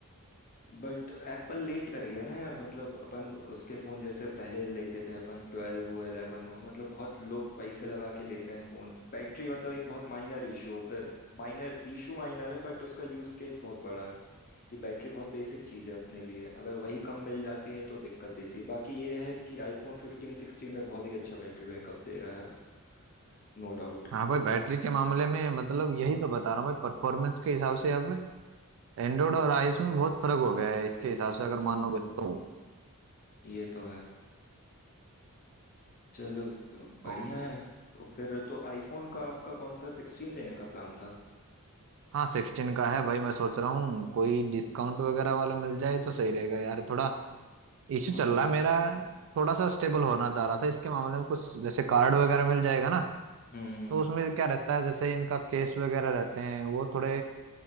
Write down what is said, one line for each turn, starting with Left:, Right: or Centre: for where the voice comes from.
Left: बट एप्पल लेट कर गया ना यार मतलब अपन उसके फोन जैसे पहले लेते थे अपन ट्वेल्व हुआ इलेवन हुआ मतलब बहुत लोग पैसे लगा के लेते हैं फोन बैटरी मतलब एक बहुत माइनर इशू होता है माइनर इशू माइनर है बट उसका यूज केस बहुत बड़ा है कि बैटरी बहुत बेसिक चीज है अपने लिए अगर वही कम मिल जाती है तो दिक्कत देती है बाकी ये है कि आईफोन फिफ्टीन सिक्सटीन में बहुत ही अच्छा बैटरी बैकअप दे रहा है अब No doubt
Right: हाँ भाई बैटरी के मामले में मतलब यही तो बता रहा हूँ भाई परफॉर्मेंस के हिसाब से अब एंड्रॉइड और आईओएस में बहुत फर्क हो गया है इसके हिसाब से अगर
Left: हम्म
Right: मानोगे तो
Left: ये तो है चलो स- बढ़िया
Right: और
Left: है तो फिर तो आईफोन का आपका कौन सा सिक्सटीन लेने का प्लान था
Right: हाँ सिक्सटीन का है भाई मैं सोच रहा हूँ कोई डिस्काउंट वगैरह वाला मिल जाए तो सही रहेगा यार थोड़ा
Left: हाँ
Right: इश्यू चल रहा है मेरा थोड़ा सा स्टेबल होना चाह रहा था इसके मामले में कुछ जैसे कार्ड वगैरह मिल जाएगा ना
Left: हम्म हम्म
Right: तो उसमें क्या रहता है जैसे इनका केस वगैरह रहते हैं वो थोड़े